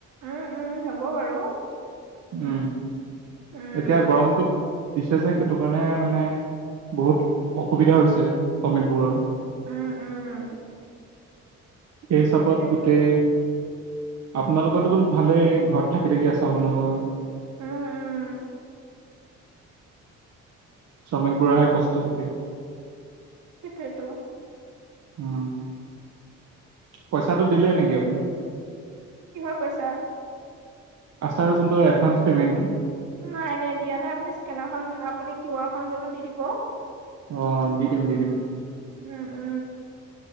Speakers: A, on the right (about 75°); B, on the right (about 60°).
A: উম, উম, হ'ব বাৰু।
B: উম।
A: উম
B: এতিয়া গৰমটোত দিছে যে সেইটো কাৰণে মানে বহুত অসুবিধা হৈছে শ্ৰমিকবোৰৰ।
A: উম, উম।
B: সেই হিচাপত
A: সেইটোৱেটো।
B: গোটেই আপোনালোকৰতো ভালেই, ঘৰত থাকি থাকি আচাৰ বনাব।
A: উম উম
B: শ্ৰমিকবোৰৰ হে কষ্ট <unintelligible>
A: সেইটোৱেইটো।
B: উম। পইচাটো দিলে নেকি আপুনি?
A: কিহৰ পইচা?
B: আচাৰৰ যোনটো এডভান্স পেমেণ্টটো।
A: নাই, এনেই দিয়া নাই, আপুনি স্কেনাৰখন, আপুনি কিউআৰখন মোলে দি দিব।
B: অ' দি দিম, দি দিম।
A: উম, উম।